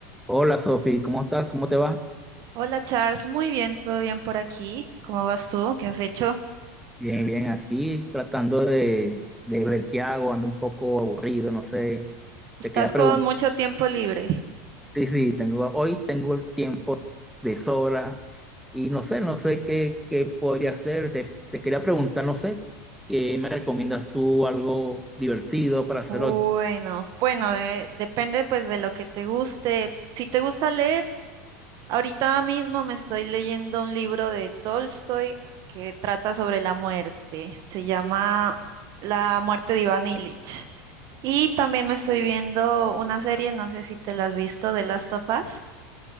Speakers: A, in the centre; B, on the right.
A: Hola Sofi, ¿cómo estás? ¿Cómo te va?
B: Hola Charles, muy bien, todo bien por aquí. ¿Cómo vas tú? ¿Qué has hecho?
A: Bien, bien, aquí tratando de, de ver qué hago, ando un poco aburrido, no sé.
B: Estás
A: Te quería preguntar,
B: con mucho tiempo libre.
A: sí, sí, tengo, hoy tengo el tiempo de sobra y no sé, no sé qué, qué podría hacer. Te, te quería preguntar, no sé, ¿qué me recomiendas tú algo divertido para hacer
B: Bueno,
A: hoy?
B: bueno, de- depende pues de lo que te guste. Si te gusta leer, ahorita mismo me estoy leyendo un libro de Tolstoy que trata sobre la muerte. Se llama La muerte de Iván Ilich. Y también me estoy viendo una serie, no sé si te la has visto, de Last of Us.